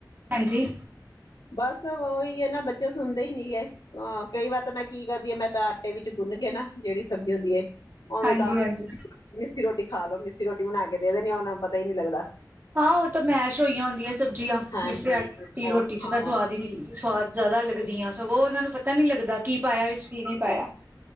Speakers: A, on the right (about 30°); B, on the left (about 75°).
A: ਹਾਂਜੀ
B: ਬਸ ਉਹੀ ਹੈ ਨਾ ਬੱਚੇ ਸੁਣਦੇ ਹੀ ਨੀ ਗ ਕਈ ਵਾਰ ਤਾਂ ਮੈਂ ਕੀ ਕਰਦੀ ਹਾਂ ਮੈਂ ਤਾਂ ਆਟੇ ਵਿੱਚ ਗੁੰਨ ਕੇ ਨਾ ਜਿਹੜੀ ਸਬਜ਼ੀ ਹੁੰਦੀ ਹੈ <unintelligible>
A: ਹਾਂਜੀ ਹਾਂਜੀ
B: ਮਿੱਸੀ ਰੋਟੀ ਖਾ ਲ ਲੋ ਮਿਸਸੀ ਰੋਟੀ ਬਣਾ ਕੇ ਦੇ ਦਦੇ ਆ ਉਹਨਾਂ ਪਤਾ ਹੀ ਨੀ ਲੱਗਦਾ।
A: ਹਾਂ ਉਹ ਤਾਂ ਮੈਸ਼ ਹੋਈਆਂ ਹੁੰਦੀਆਂ ਸਬਜ਼ੀਆਂ
B: ਹਾਂਜੀ
A: ਮਿਸੇ ਆ ਵੀ
B: ਉਹ
A: ਰੋਟੀ
B: ਹਾਂ
A: ਚ ਤਾਂ ਸਵਾਦ ਹੀ ਨਦੀ ਸਵਾਦ ਜਿਆਦਾ ਲੱਗਦੀਆਂ। ਸਗੋਂ ਉਨਾਂ ਨੂੰ ਪਤਾ ਨੀ ਲੱਗਦਾ ਕੀ ਪਾਇਆ ਵਿੱਚ ਕੀ ਨੀ ਪਾਇਆ